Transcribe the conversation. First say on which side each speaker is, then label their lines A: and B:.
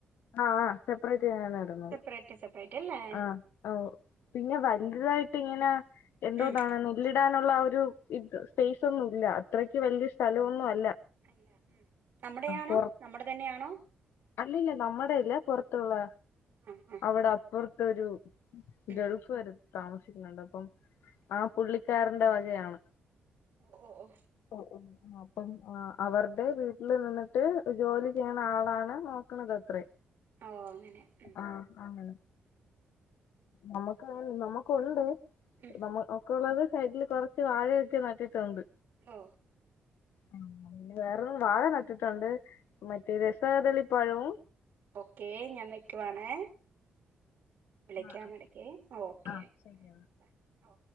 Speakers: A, on the left; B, on the right.
A: ആഹ് സെപ്പറേറ്റ് തന്നാണ് ഇടുന്നത്
B: സെപ്പറേറ്റ് സെപ്പറേറ്റ് അല്ലേ
A: ആഹ് ആ പിന്നെ വലുതായിട്ട് ഇങ്ങനെ എന്തോന്നാണ്
B: ഉം
A: നെല്ലി ഇടാനുള്ള ഒരു സ്പേസ് ഒന്നും ഇല്ല അത്രയ്ക്ക് വലിയ സ്ഥലംഒന്നും അ
B: ആഹ് നമ്മുടെയാണോ
A: പൊറ
B: നമ്മുടെ തന്നെയാണോ
A: അല്ലല്ല നമ്മുടെ ഇല്ലെ പൊറത്തുള്ള
B: ആ ആ
A: അവിടെ അപ്പുറ തൊരു
B: ഉം ഉം
A: ഗൾഫാര് താമസിക്കുന്നുണ്ട് അപ്പം ആ പുള്ളി ക്കാറിന്റെ വകയാണ്
B: ഓ ഓ ഓ
A: ഓ ഓ അപ്പം അവരുടെ വീട്ടിൽ നിന്നിട്ട് ജോലി ചെയ്യണ ആളാണ് നോക്കണത് അത്രേ
B: ഓ അങ്ങനെ ഉം
A: ആഹ് അങ്ങനെ നമുക്ക്- ആ നമുക്കുണ്ട്
B: ഉം
A: നമ്മ ഒക്കെള്ളത് സൈഡിൽ കുറച്ച് വാഴയൊക്കെ നട്ടിട്ടുണ്ട്
B: ഓ
A: ആ വേറെന്ന വാഴ നട്ട് ട്ടിട്ടുണ്ട് മറ്റേ രസകദളി പഴവും
B: ഓക്കെ ഞാൻ വെക്കുവാണെ- വിളിക്കാം
A: ആ
B: ഇടയ്ക്കു ഓക്കെ
A: ആ
B: ആയിക്കോട്ടെ
A: ശരിയെന്നാ
B: ഓ